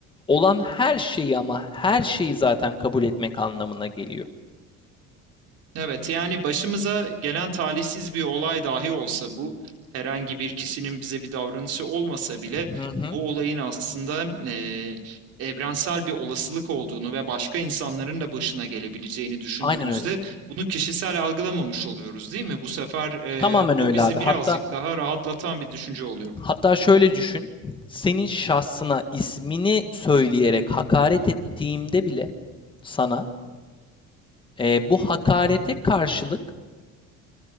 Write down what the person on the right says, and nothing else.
Evet yani başımıza gelen talihsiz bir olay dahi olsa bu herhangi bir kişinin bize bir davranışı olmasa bile
bu olayın aslında eee, evrensel bir olasılık olduğunu ve başka insanların da başına gelebileceğini düşündüğümüzde
bunu kişisel algılamamış oluyoruz değil mi? Bu sefer eee,
bu
bizi
birazcık daha rahatlatan bir düşünce oluyor.